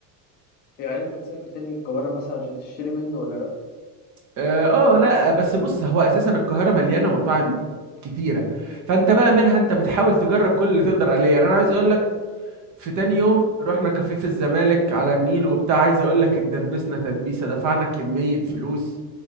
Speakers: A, on the left; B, on the right.
A: يعني انت تسافر تاني القاهرة مثلا عشان تشتري منه ولا لا
B: اه آه، لا بس بص هو اساسا القاهرة مليانة مطاعم كتيرة فانت بقى منها انت بتحاول تجرب كل اللي تقدر عليه يعني انا عايز اقول لك في تاني يوم رحنا كافيه في الزمالك على النيل وبتاع عايز اقول لك اتدبسنا تدبيسه دفعنا كميه فلوس